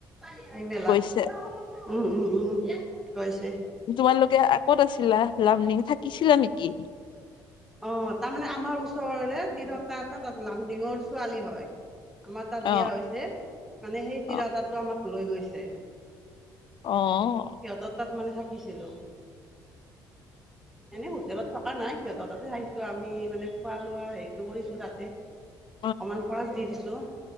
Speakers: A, in the centre; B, on the left.
A: সেই মেলাত।
B: গৈছে
A: উম-উম-উম গৈছে।
B: তোমালোকে ক'ত আছিলা লামডিং, থাকিছিলা নেকি?
A: অ', তাৰমানে আমাৰ ওচৰৰে তিৰটা এটা তাত লামডিঙৰ ছোৱালী হয়। আমাৰ তাত
B: অ
A: বিয়া হৈছে, মানে সেই
B: অ
A: তিৰতাটো আমাক লৈ গৈছে।
B: অ'।
A: সিহঁতৰ তাত মানে থাকিছিলোঁ।
B: <inaudible>
A: এনেই হোটেলত থকা নাই, সিহঁতৰ তাতে আহিছোঁ আমি মানে খোৱা লোৱা হেৰিটো কৰিছোঁ তাতে।
B: <inaudible>
A: অকমান খৰাচ দি দিছোঁ‌।